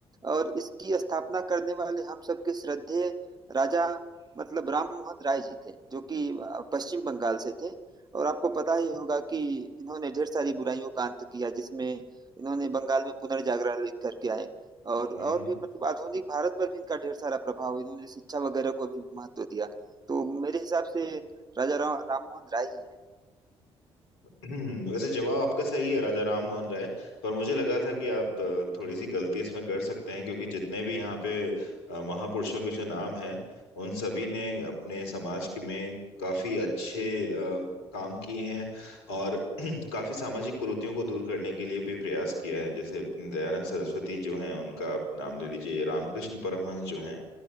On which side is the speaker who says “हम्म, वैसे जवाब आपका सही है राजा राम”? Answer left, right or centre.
Left